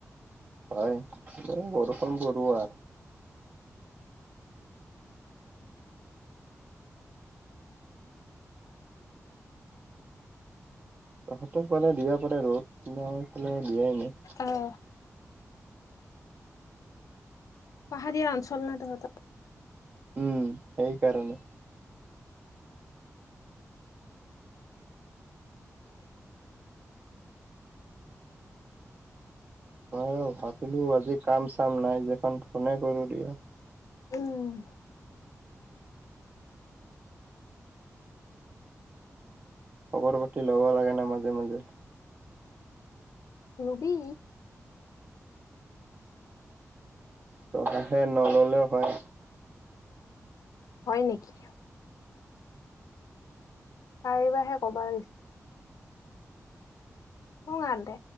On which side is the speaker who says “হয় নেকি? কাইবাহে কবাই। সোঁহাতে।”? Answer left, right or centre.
Left